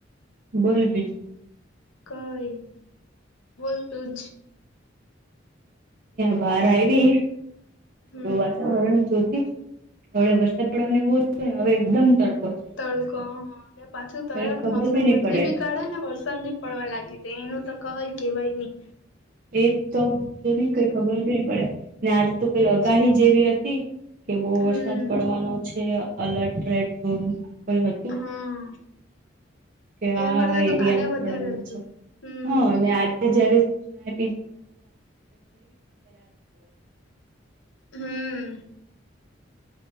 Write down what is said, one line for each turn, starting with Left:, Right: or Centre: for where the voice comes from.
Right: બોલ બી.
Left: કઈ બોલતું જ.
Right: બાર આવી થોડું
Left: હમ
Right: વાતાવરણ જોતી. હ, વે વરસાદ પડવાનું એવું ને, હવે એકદમ તડકો. છે
Left: તડકો. હા, અને પાછું તરત
Right: કઈ ખબર
Left: મોસમ
Right: બી નહી
Left: બદલી
Right: પડે
Left: બી કાઢે ને, વર પડવા લાગી છે, એનું તો કય કેવાઈ ની
Right: એ તો જો નઈ કઈ ખબરી પડે ને, આજે તો કઈ
Left: એજ
Right: અગાહી જેવી હતી. કે બહ
Left: હમ
Right: વરસાદ પડવાનો છે અલર્ટ રેડ ઝોન ક
Left: હા
Right: કે આ
Left: એના કરતા તો
Right: એરિયામાં
Left: કાલે વધારે
Right: પડવાના
Left: હતું
Right: છે
Left: હમ.
Right: હા અને જયારે સૂચના <inaudible>
Left: હમ.